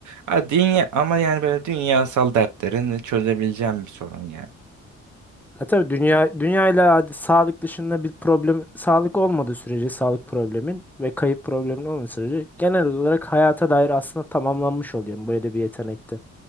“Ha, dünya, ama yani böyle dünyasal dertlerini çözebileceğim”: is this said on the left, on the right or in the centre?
Right